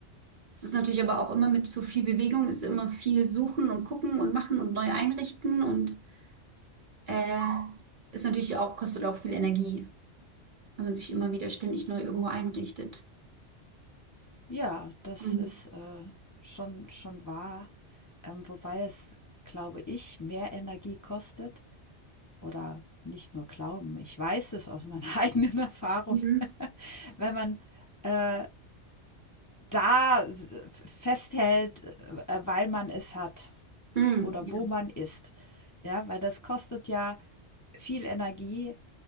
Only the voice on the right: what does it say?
es ist natürlich aber auch immer mit so viel Bewegung, ist immer viel suchen und gucken und machen und neu einrichten und äh, ist natürlich auch, kostet auch viel Energie, wenn man sich immer wieder ständig neu irgendwo einrichtet.
Mhm.
Mhm.
Mhm.
Ja.